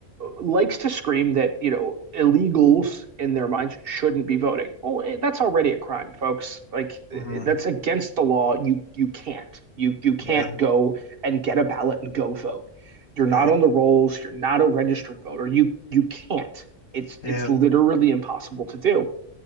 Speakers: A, on the right; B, on the left.
A: likes to scream that, you know, illegals in their minds shouldn't be voting. Oh, eh, that's already a crime, folks. Like eh,
B: Mm-hmm.
A: eh, that's against the law. You you can't. You you can't
B: Yeah,
A: go and get a ballot and go vote. You're not
B: right.
A: on the rolls, you're not a registered voter. You you can't. It's
B: Yeah.
A: it's literally impossible to do.